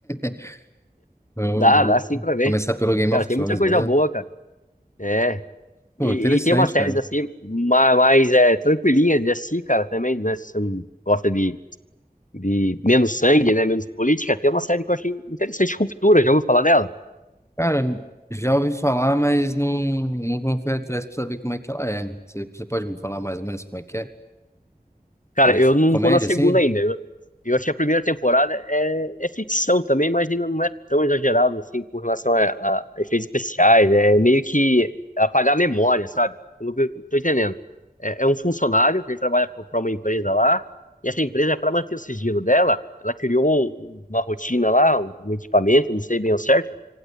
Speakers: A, on the left; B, on the left.
A: <laughs> Eu
B: Dá,
A: vou
B: dá sim pra ver.
A: começar pelo Game
B: Cara,
A: of
B: tem
A: Thrones,
B: muita coisa
A: velho.
B: boa, cara. É.
A: Pô,
B: E,
A: interessante,
B: e tem umas séries
A: cara.
B: assim, ma- mais, é, tranquilinhas de assistir, cara, também, né? Se você não gosta de, de menos sangue, né? Menos política, tem uma série que eu achei interessante, Ruptura, já ouviu falar dela?
A: Cara, já ouvi falar, mas não, não fui atrás pra saber como é que ela é. Você, você pode me falar mais ou menos como é que é?
B: Cara,
A: Ela é
B: eu
A: de
B: não
A: comédia,
B: tô na segunda
A: assim?
B: ainda. Eu, eu achei a primeira temporada é, é ficção também, mas ainda não é tão exagerado assim com relação a, a efeitos especiais. É meio que apagar a memória, sabe? Pelo que eu tô entendendo. É, é um funcionário que ele trabalha para uma empresa lá, e essa empresa, para manter o sigilo dela, ela criou um- uma rotina lá, um um equipamento, não sei bem ao certo.